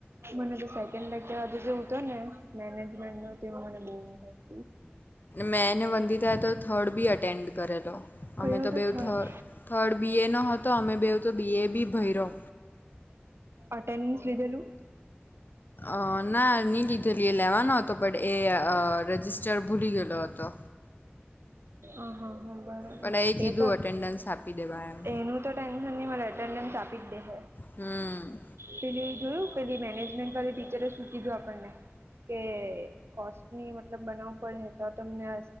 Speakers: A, on the right; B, on the left.
A: મને તો સેકન્ડ લેકચર આજે જે હતો ને મેનેજમેન્ટ નો તેમા મને બહુ ઊઘ આઈ.
B: મેંને વંદિતા એ તો થર્ડ બી અટેન્ડ કરયો તો
A: કયો
B: અમે તો
A: હતો
B: બેવ
A: થર્ડ
B: થ થર્ડ બી એ નો હતો અમે બેવ તો બી એ બી ભર્યો
A: અટેન્ડન્સ લીધેલું‌.
B: અ ના નહીં લીધેલી એ લેવાનો હતો બટ એ અ રજિસ્ટર ભૂલી ગયેલો હતો.
A: અ હા હા બરાબર
B: પણ કીધું
A: એ તો
B: અટેન્ડન્સ આપી દેવા એમ
A: એનું, તો ટેન્શન નહિ મને અટેન્ડન્સ આપી જ દેશે.
B: હમ્મ.
A: પેલી એ જોયું પેલી મેનેજમેન્ટ વાળી ટીચરે શું કીધું આપણને કે, કોસ્ટ ની મતલબ બનાવું પડે હે તો તમને